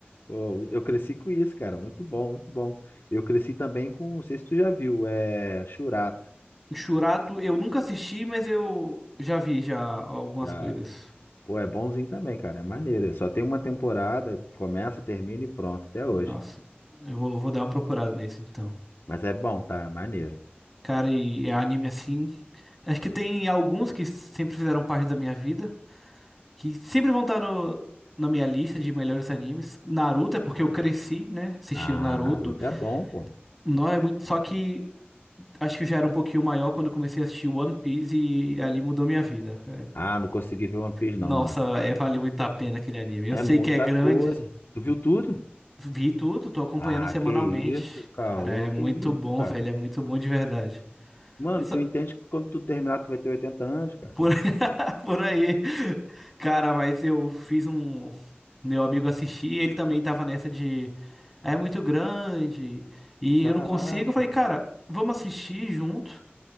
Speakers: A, on the left; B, in the centre.
A: Pô, eu cresci com isso, cara. Muito bom, muito bom. Eu cresci também com, não sei se tu já viu, é Churato.
B: Churato, eu nunca assisti, mas eu já vi já algumas
A: Já,
B: coisas.
A: pô, é bonzinho também, cara. É maneiro. é Só tem uma temporada, começa, termina e pronto, até hoje.
B: Nossa, eu vou, vou dar uma procurada nesse então.
A: Mas é bom, tá? É maneiro.
B: Cara, e é anime assim. Acho que tem alguns que sempre fizeram parte da minha vida, que sempre vão estar no, na minha lista de melhores animes. Naruto é porque eu cresci, né, assistindo
A: Ah,
B: Naruto.
A: Naruto é bom, pô.
B: Não é muito, só que acho que eu já era um pouquinho maior quando eu comecei a assistir One Piece e ali mudou minha vida. cara.
A: Ah, não consegui ver One Piece
B: Nossa,
A: não, mano.
B: é, vale muito a pena aquele anime. Eu
A: É
B: sei
A: muita
B: que é grande,
A: coisa. Tu viu tudo?
B: vi tudo, tô acompanhando
A: Ah,
B: semanalmente.
A: que isso, caô,
B: Cara, é muito
A: que isso,
B: bom,
A: cara.
B: velho, é muito bom de verdade.
A: Mano,
B: Isso-
A: tu entende que quando tu terminar tu vai ter 80 anos, cara?
B: por, <laughs> por aí. Cara, mas eu fiz um. Meu amigo assistir, ele também tava nessa de. É muito grande e
A: Caraca.
B: eu não consigo. Eu falei, cara, vamos assistir junto,